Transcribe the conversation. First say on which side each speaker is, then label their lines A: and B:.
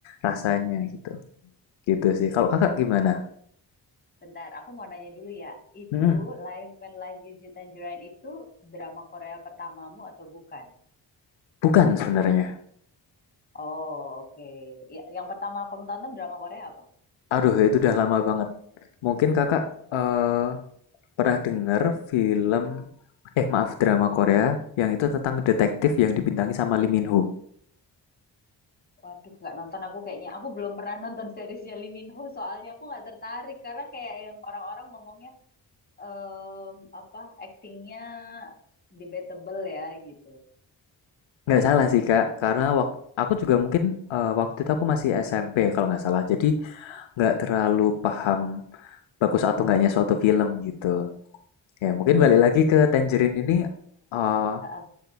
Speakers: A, on the left; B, on the left.
A: rasanya gitu. Gitu sih.
B: betul.
A: Kalau kakak gimana?
B: Bentar, aku mau nanya dulu ya. Itu
A: mm
B: Life When Life Gives You Tangerine itu drama Korea pertamamu atau bukan?
A: Bukan sebenarnya.
B: Oh, oke. Ya, yang pertama kamu tonton drama Korea apa?
A: Aduh, itu udah lama banget. Mungkin kakak eh Pernah denger film eh maaf drama Korea yang itu tentang detektif yang dibintangi sama Lee Min Ho.
B: Waduh, nggak nonton aku kayaknya. Aku belum pernah nonton seriesnya Lee Min Ho, soalnya aku nggak tertarik karena kayak yang orang-orang ngomongnya em, apa actingnya debatable ya gitu.
A: Nggak salah sih Kak, karena wak- aku juga mungkin eh, waktu itu aku masih SMP kalau nggak salah. Jadi nggak terlalu paham bagus atau nggaknya suatu film gitu. Ya mungkin
B: Mm-mm.
A: balik lagi ke Tangerine ini eh,
B: Ah, ah,